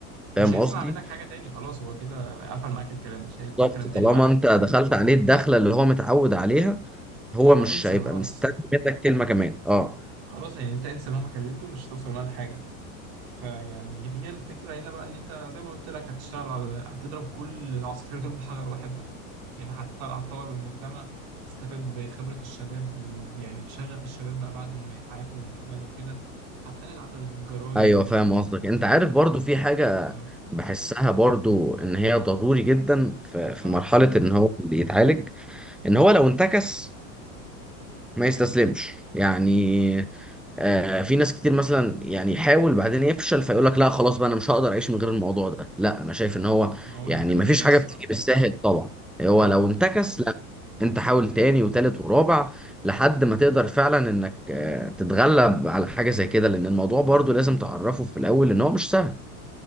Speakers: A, on the right (about 50°); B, in the centre.
A: مش
B: فاهم
A: هيسمع
B: قصدي
A: منك حاجة تاني خلاص هو كده قفل معاك الكلام مش هيفتح
B: بالظبط
A: كلام
B: طالما
A: تاني معاك
B: انت دخلت عليه الدخله اللي هو متعود عليها هو
A: اه
B: مش
A: انسى
B: هيبقى
A: خلاص
B: مستني منك كلمه كمان اه
A: خلاص يعني انت انسى مهما كلمته مش هتوصل معاه لحاجة فيعني هي الفكرة هنا بقى إن أنت زي ما قلت لك هتشتغل على هتضرب كل العصافير دول بحجر واحد بس يعني هت- هتطور من المجتمع تستفاد بخبرة الشباب ويعني بشغف الشباب بقى بعد ما يتعافوا من الإدمان وكده هتقلل عدد الجرائم
B: ايوه
A: يعني
B: فاهم قصدك انت عارف برضو في حاجة
A: أه
B: بحسها برضو ان هي ضروري جدا في في
A: أه
B: مرحلة ان هو اللي يتعالج ان هو لو انتكس ما يستسلمش يعني آه في ناس كتير مثلا يعني يحاول بعدين يفشل فيقول لك لا خلاص بقى انا مش هقدر اعيش من غير الموضوع ده لا انا شايف ان هو
A: ما هو
B: يعني
A: ده التأهيل
B: ما فيش
A: النفسي
B: حاجه بتيجي
A: بقى
B: بالساهل طبعا هو
A: أه
B: لو انتكس لا انت حاول تاني وتالت ورابع لحد ما تقدر فعلا انك آه تتغلب على حاجه زي كده لان الموضوع برضو لازم تعرفه في الاول ان هو مش سهل